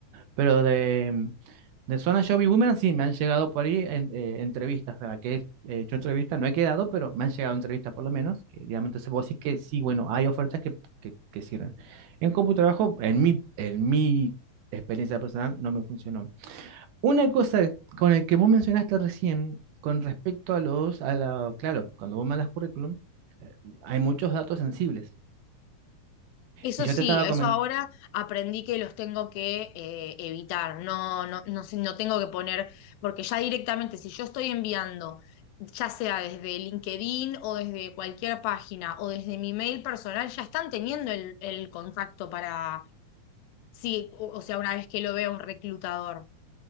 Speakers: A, on the right (about 75°); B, on the left (about 85°).
A: Pero de, De Zona Job y Boomerang sí, me han llegado por ahí en- eh, entrevistas, o que he hecho entrevistas, no he quedado, pero me han llegado entrevistas por lo menos, que digamos, entonces vos decís que sí, bueno, hay ofertas que, que, que sirven. En CompuTrabajo, en mi, en mi experiencia personal, no me funcionó. Una cosa con el que vos mencionaste recién, con respecto a los, a la, claro, cuando vos mandas currículum, eh, hay muchos datos sensibles.
B: Eso
A: Y yo
B: sí,
A: te estaba
B: eso
A: comentando,
B: ahora aprendí que los tengo que eh, evitar, no, no, no, si- no tengo que poner, porque ya directamente, si yo estoy enviando, ya sea desde LinkedIn o desde cualquier página o desde mi mail personal, ya están teniendo el, el contacto para, sí, o o sea, una vez que lo vea un reclutador